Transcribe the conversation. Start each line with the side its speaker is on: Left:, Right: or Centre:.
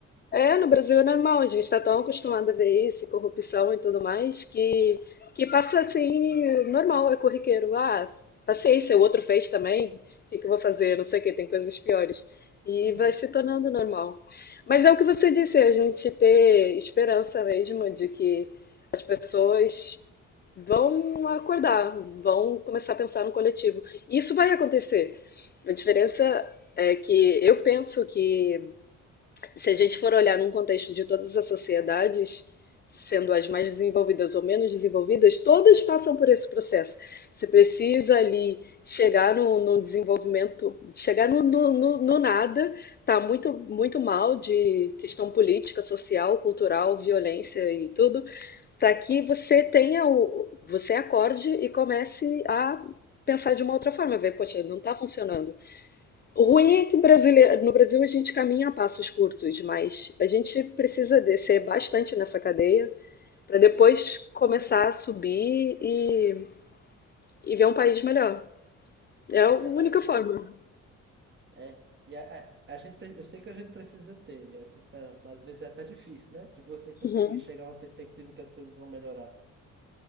Left: É, no Brasil é normal. A gente está tão acostumado a ver isso, corrupção e tudo mais, que, que passa assim, normal, é corriqueiro. Ah, paciência, o outro fez também, o que que eu vou fazer? Não sei o que, tem coisas piores. E
Right: Uhum,
Left: vai se tornando normal. Mas é o que você disse, a gente ter esperança mesmo de que as pessoas vão acordar, vão começar a pensar no coletivo. E Isso vai acontecer. A diferença é que eu penso que se a gente for olhar num contexto de todas as sociedades, sendo as mais desenvolvidas ou menos desenvolvidas, todas passam por esse processo. Você precisa ali chegar no, no desenvolvimento, chegar no, no, no no nada, tá muito, muito mal de questão política, social, cultural, violência e tudo, para que você tenha o, você acorde e comece a pensar de uma outra forma, ver, poxa, não está funcionando. O ruim é que o brasileiro, no Brasil a gente caminha a passos curtos, mas a gente precisa descer bastante nessa cadeia para depois começar a subir e, e ver um país melhor. É a
Right: é
Left: única
Right: verdade.
Left: forma.
Right: É. E a, a, a gente, pre- eu sei que a gente precisa ter essa esperança, mas às vezes é até difícil, né? De você conseguir
Left: Uhum.
Right: chegar a uma perspectiva que as coisas vão melhorar.